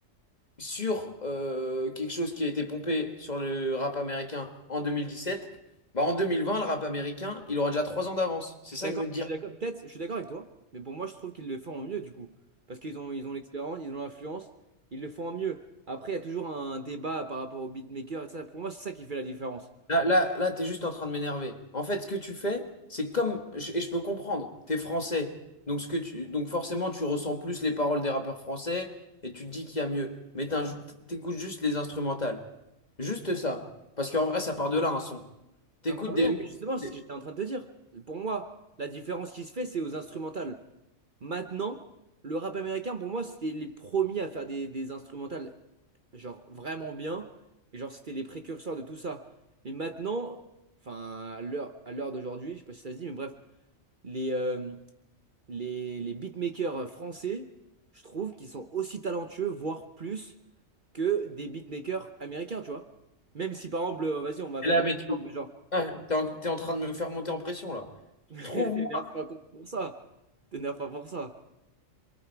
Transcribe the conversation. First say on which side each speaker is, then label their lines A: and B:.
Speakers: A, on the left; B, on the right.
A: sur euh, quelque chose qui a été pompé sur le rap américain en 2017, bah en 2020, le rap américain, il aura déjà trois ans d'avance. C'est
B: je
A: ça
B: suis d'accord,
A: que je veux te dire.
B: je suis d'accord. Peut-être, je suis d'accord avec toi. Mais pour moi, je trouve qu'ils le font en mieux, du coup. Parce qu'ils ont, ils ont l'expérience, ils ont l'influence, ils le font en mieux. Après, il y a toujours un débat par rapport au beatmaker et ça. Pour moi, c'est ça qui fait la différence.
A: Là, là, là, t'es juste en train de m'énerver. En fait, ce que tu fais, c'est comme, je- et je peux comprendre, t'es français, donc ce que tu, donc forcément, tu ressens plus les paroles des rappeurs français et tu te dis qu'il y a mieux. Mais t'in- t'écoutes juste les instrumentales, juste ça, parce qu'en vrai, ça part de là un son. T'écoutes
B: Ah, pardon,
A: des mecs.
B: mais justement, c'est
A: Et
B: ce que j'étais en train de te dire. Pour moi, la différence qui se fait, c'est aux instrumentales. Maintenant, le rap américain, pour moi, c'était les premiers à faire des, des instrumentales, genre vraiment bien. Et genre, c'était les précurseurs de tout ça. Mais maintenant, enfin, à l'heure, à l'heure d'aujourd'hui, je sais pas si ça se dit, mais bref, les, euh, les, les beatmakers français, je trouve qu'ils sont aussi talentueux, voire plus, que des beatmakers américains, tu vois. Même si, par exemple, euh, vas-y, on va
A: là,
B: faire des.
A: mais
B: exemples,
A: tu,
B: mais Genre,
A: ah, t'es en, t'es en train de me faire monter en pression là.
B: <laughs>
A: Trouve-moi,
B: T'énerves pas contre- pour ça. T'énerves pas pour ça.